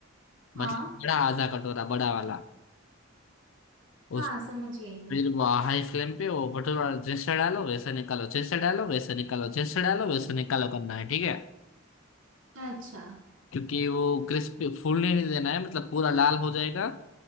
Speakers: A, on the left; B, on the right.
A: मतलब
B: हाँ
A: बड़ा आधा कटोरा बड़ा वाला उस
B: हाँ समझ गई मैं
A: फिर वो हाई फ्लेम पे वो भटूरा जैसे डालो वैसे निकालो जैसे डालो वैसे निकालो जैसे डालो वैसे निकालो करना है ठीक है
B: अच्छा
A: क्योंकि वो क्रिस्पी फूलने नहीं देना है मतलब पूरा लाल हो जाएगा